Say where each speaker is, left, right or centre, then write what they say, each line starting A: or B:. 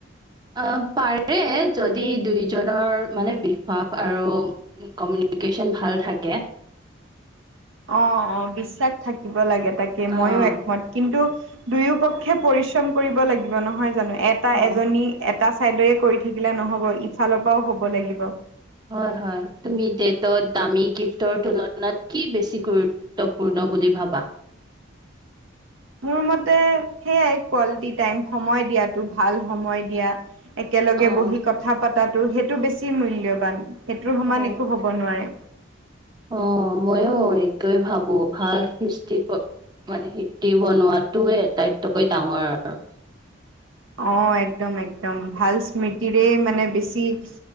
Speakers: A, on the right (about 20°); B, on the right (about 75°).
A: অ পাৰে যদি দুইজনৰ মানে বিশ্বাস আৰু- কমিউনিকেশ্যন ভাল থাকে।
B: অ অ বিশ্বাস থাকিব লাগে তাকে
A: অ',
B: মইও একমত। কিন্তু দুয়ো পক্ষে পৰিশ্ৰম কৰিব লাগিব নহয় জানো এটা
A: অ'।
B: এজনী- এটা চাইডৰ কৰি থাকিলে নহব ইফালৰ পৰাও হব লাগিব।
A: হয় হয় তুমি ডেটত দামী গিফ্টৰ তুলনাত কি বেছি গুৰুত্ব- গুৰুত্বপূৰ্ণ বুলি ভাবা?
B: মোৰ মতে সেইয়াই কোৱালিটি টাইম সময় দিয়াতো ভাল সময় দিয়া- একেলগে
A: অ'।
B: বহি কথা পাতাতো সেইটো বেছি মূল্যৱান সেইটোৰ সমান
A: অ',
B: একো হ'ব নোৱাৰে।
A: অ মইও এইটোৱে ভাবো ভাল হিষ্টি- মানে টিকিব নোৱাৰাটোৱে আটাইতকৈ ডাঙৰ আৰু।
B: অ একদম একদম ভাল স্মৃতিৰে মানে বেছি-